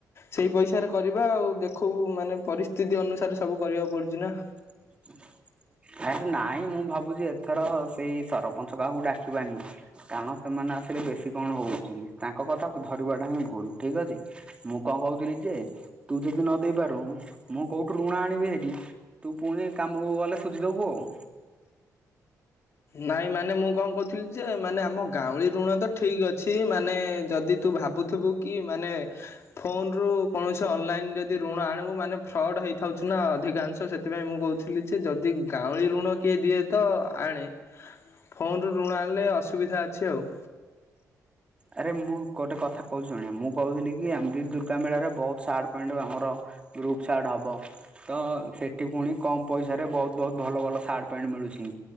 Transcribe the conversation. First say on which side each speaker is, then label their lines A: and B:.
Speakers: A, on the left; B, on the right.
A: ସେଇ ପଇସାରେ କରିବା ଆଉ ଦେଖ ଖୁବ ମାନେ ପରିସ୍ଥିତି ଅନୁସାରେ ସବୁ କରିବାକୁ ପଡୁଛି ନା
B: <unintelligible> ଆରେ ନାଇଁ ମୁଁ ଭାବୁଛି ଏଥର ସେଇ ସରପଞ୍ଚ କାହାକୁ ଡାକିବାନି। କାରଣ ସେମାନେ ଆସିଲେ ବେଶୀ କଣ ହଉଛି କି ତାଙ୍କ କଥା କୁ ଧରିବା ଟା ହିଁ ଭୁଲ ଠିକ ଅଛି। ମୁଁ କଣ କହୁଥିଲି ଯେ ତୁ ଯଦି ନ ଦେଇେ ପାରୁ ମୁଁ କୋଉଠୁ ଋଣ ଆଣିବି ହେରି ତୁ ପୁଣି କାମକୁ ଗଲେ ସୁଝିଦବୁ ଆଉ
A: ନାଇଁ ମାନେ ମୁଁ କଣ କହୁଥିଲି ଯେ ମାନେ ଆମ ଗାଉଁଳି ଋଣ ତ ଠିକ ଅଛି ମାନେ ଯଦି ତୁ ଭାବୁଥିବୁ କି ମାନେ ଫୋନ ରୁ କୌଣସି ଅନଲାଇନ୍ ଯଦି ଋଣ ଆଣିବୁ ମାନେ ଫ୍ରଡ଼୍ ହେଇଥାଉଛି ନା ଅଧିକାଂଶ ସେଥିପାଇଁ ମୁଁ କହୁଛି ନିଯେ ଯଦି ଗାଉଁଲି ଋଣ କିଏ ଦିଏ ତ ଆଣେ ଫୋନ୍ ରୁ ଋଣ ଆଣିଲେ ଅସୁବିଧା ଅଛି ଆଉ
B: ଆରେ ମୁଁ ଗୋଟେ କଥା କହୁଛି ଶଣେ ମୁଁ କହୁଥିଲି କି ଏମିତି ଦୁର୍ଗା ମେଢରେ ବହୁତ ସାଟ୍ ପ୍ୟାଣ୍ଟ ଆମର ଗୃପ୍ ସାର୍ଟ ହବ ତ ସେଠି ପୁଣି କମ ପଇସାରେ ବହୁତ ବହୁତ ଭଲ ଭଲ ସାର୍ଟ ପ୍ୟାଣ୍ଟ ମିଳୁଛି